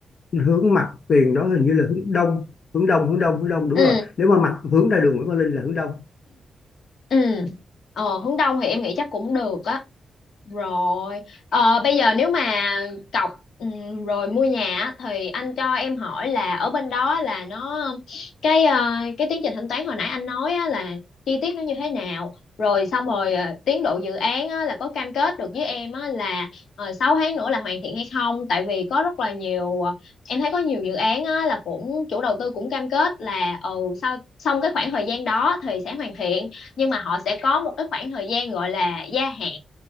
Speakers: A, on the left; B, on the left.
A: hướng mặt tiền đó hình như là hướng đông hướng đông hướng đông hướng đông đúng
B: ừ
A: rồi nếu mà mặt hướng ra đường Nguyễn Văn Linh là hướng đông
B: ừ ờ hướng đông thì em nghĩ chắc cũng được á Rồi, Ờ, bây giờ nếu mà cọc ừm, rồi mua nhà á, thì anh cho em hỏi là ở bên đó là nó cái ờ, cái tiến trình thanh toán hồi nãy anh nói á, là chi tiết nó như thế nào. Rồi xong rồi ờ, tiến độ dự án á, là có cam kết được với em á, là uh, 6 tháng nữa là hoàn thiện hay không? Tại vì có rất là nhiều ờ, em thấy có nhiều dự án á, là cũng chủ đầu tư cũng cam kết là ừ sau xong cái khoảng thời gian đó thì sẽ hoàn thiện nhưng mà họ sẽ có một cái khoảng thời gian gọi là gia hạn